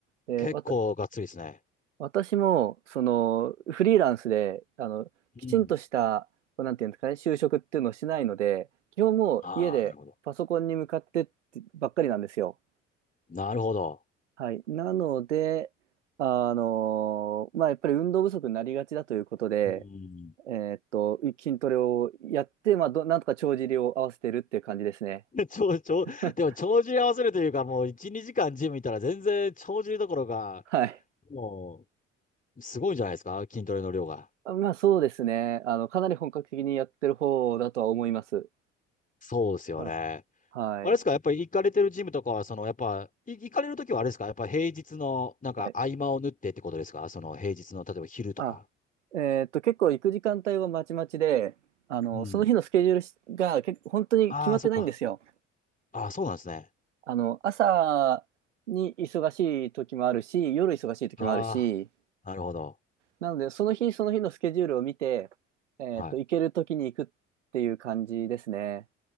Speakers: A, on the right; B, on the left.
A: で、
B: 結構がっつりですね。
A: わた、私も、その、フリーランスで、あの、きちんとした、
B: うん。
A: こうなんていうんですかね、就職っていうのをしないので、基本もう家でパソコンに向かってってばっかりなんですよ。
B: ああ、なるほど。なるほど。
A: はい。なので、あの、まあ、やっぱり運動不足になりがちだということで、
B: うん。
A: えーっと、筋トレをやって、まあ、ど、なんとか帳尻を合わせてるっていう感じですね。
B: <laughs> ちょ、ちょ、
A: <laughs>
B: でも、帳尻合わせるというか、もう1、2時間ジムいたら全然帳尻どころか、
A: はい。
B: もう、すごいんじゃないですか筋トレの量が。
A: まあ、そうですね。あの、かなり本格的にやってる方だとは思います。
B: そうですよね。
A: ははい。
B: あれですか、やっぱり行かれてるジムとかは、その、やっぱ、い行かれるときはあれですか、やっぱ平日の、なんか合間を縫ってってことですか、
A: はい
B: その平日の、例えば昼とか。
A: あ、えーっと、結構行く時間帯はまちまちで、あの、
B: うん。
A: その日のスケジュールが結構本当に決まってないんですよ。
B: ああ、そっか。ああ、そうなんですね。
A: あの、朝に忙しい時もあるし、夜忙しい時もあるし、
B: ああ、なるほど。
A: なので、その日その日のスケジュールを見て、えーっと、
B: はい。
A: 行ける時に行くっていう感じですね。